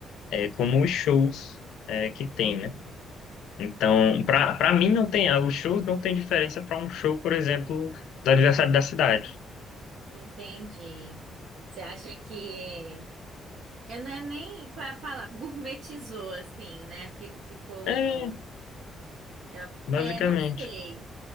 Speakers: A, on the left; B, on the right.
A: é, como os shows é, que tem,
B: Uhum.
A: né? Então,
B: Hum,
A: pra para mim não tem, ah, os shows não tem diferença para um show, por exemplo, do aniversário da cidade.
B: entendi. Você acha que. Eu não é nem qual é a palavra, gourmetizou, assim, né? Fi- Ficou.
A: É,
B: eu-
A: basicamente.
B: É, não sei.